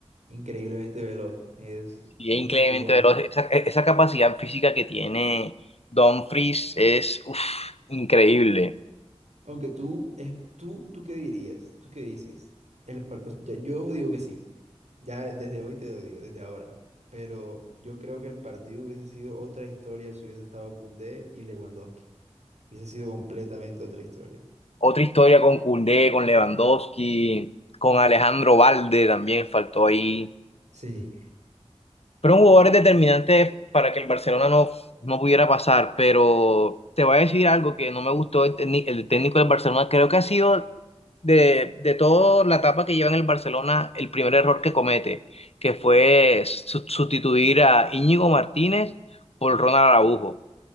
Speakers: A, on the right; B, on the left.
A: increíblemente veloz, es
B: Y
A: muy
B: es increíblemente
A: bueno.
B: veloz. Esa, e, esa capacidad física que tiene Dumfries es uf, increíble.
A: Aunque tú, es, tú, ¿tú qué dirías? ¿Tú qué dices? El, par- o sea, yo digo que sí, ya desde hoy te lo digo, desde ahora. Pero yo creo que el partido hubiese sido otra historia si hubiese estado Koundé y Lewandowski. Hubiese sido completamente otra historia.
B: Otra historia con Koundé, con Lewandowski, con Alejandro Valde también faltó ahí.
A: Sí.
B: Fueron jugadores determinantes para que el Barcelona no, no pudiera pasar, pero te voy a decir algo que no me gustó el, técni- el técnico del Barcelona. Creo que ha sido de, de toda la etapa que lleva en el Barcelona el primer error que comete, que fue su- sustituir a Íñigo Martínez por Ronald Araujo.